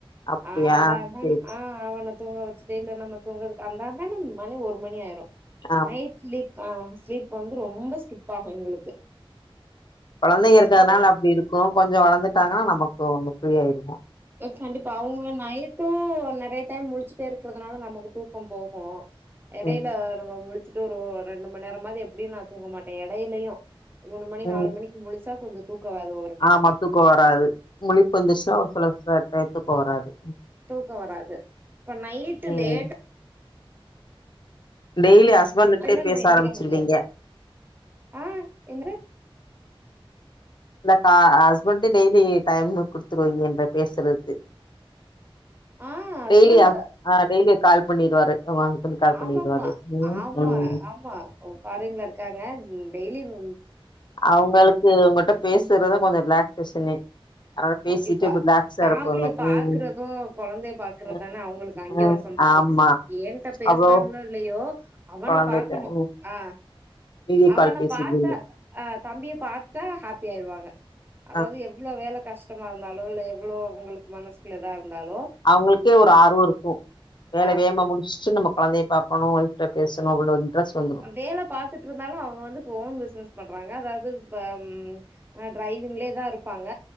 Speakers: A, on the left; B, on the right.
A: அப்டியா
B: ஆந்தா இந்தானு
A: சேரி
B: ஆஹ் ஆ அவன தூங்க வச்சிட்டு இல்ல நம்ம தூங்கறதுக் அந்தா இந்தானு நம் மணி ஒரு மணி ஆயிரும்
A: ஆ
B: நைட் ஸ்லீப் அ ஸ்லீப் வந்து ரொம்ப ஸ்கிப் ஆகு எங்களுக்கு
A: கொழந்தைங்க இருக்கறதுனால
B: சோ அது
A: அப்டி இருக்கு கொஞ்சோ வளர்ந்துட்டாங்கனா நமக்கு ஒன்னு ஃப்ரீயாயிருவோ
B: எஸ் சண்டிப்பா அவ்ங்க நயிட் டு நெறைய டைம் முளிச்சுட்டே இருக்கிறதுனால நமக்கு தூக்கம் போகும் எடையில
A: ம்
B: நம்ம முளி ச்சிடாடு ஒரு ரெண்டு மணி நேரமாது எப்டியு நா தூங்க மாட்டே எடையிலயு மூணு மணி
A: ம்
B: நாலு மணிக் முளிச்சா கொஞ்ச தூக்கம் வேற வரு
A: ஆமா தூக்கோ வராது முழிப்பு வந்துச்சுனா ஒரு சில ச டைத்தூக்கோ வராது
B: தூக்க வராது இப்ப நைட்டு
A: ம்
B: லேடா
A: டெய்லி ஹஸ்பண்ட்கிட்டயே
B: டெல்லு நம்ம
A: பேச
B: எந்திரிக்க
A: ஆரம்பிச்சிருவீங்க
B: முடியாது ஆஹ் என்னது
A: இல்ல கா ஹஸ்பண்ட் டெய்லி டைம் குடுத்துருவீங்க என்ட பேசறது
B: ஆ ஹஸ்பண்ட்
A: டெய்லி ஆ டெய்லியு கால் பண்ணிருவாரு அவங்க ஹஸ்பண்ட் கால்
B: ஆமாமா
A: பண்ணிருக்காரு ம்
B: ஆமா
A: ம்
B: ஆமா ஃபாரின்ல இருக்காங்க டெய்லி ம்
A: அவங்களுக்கு உங்கள்ட்ட பேசுறத கொஞ்சோ ரிலாக்சேஷனே அதனால
B: கண்டிப்பா
A: பேசிட்டு இப்ப ரிலாக்ஸா
B: ஃபேமிலிய
A: இருப்பாங்க
B: பாக்குறது
A: ம்
B: ஒரு கொழந்தைய பாக்குறதான
A: ம்
B: அவங்களுக்கு அங்க
A: ம்.
B: ஒரு சந்தோஷ
A: ஆமா
B: ஏன்ட்ட பேசுறாங்களோ
A: அவ்ளோ
B: இல்லயோ அவன
A: கொழந்தைட்ட
B: பாக்கணு
A: ம்
B: ஆ
A: வீடியோ
B: அவன
A: கால் பேசிருவீங்க
B: பாத்தா ஆ தம்பிய பாத்துட்டா ஹாப்பி ஆயிருவாங்க அதாவது
A: ஆ
B: எவ்ளோ வேல கஷ் டமா இருந்தாலோ இல்ல எவ்ளோ இவங்களுக்கு மனசுக்குல இதா இருந்தாலோ
A: அவங்களுக்கே ஒரு ஆர்வ இருக்கு வேல
B: ஆ
A: வேமா முடிச்ட்டு நம கொழந்தைய பாக்கணு அவன்ட்ட பேசணு அவ்ளோ இன்ட்ரெஸ்ட் வந்ரு
B: வேல பாத்துட்டு இருந்தாலு அவங்க வந்து இப்ப ஓன் பிஸ்னஸ் பண்றாங்க அதாவது பம் ஆ டிரைவிங்லேதா இருப்பாங்க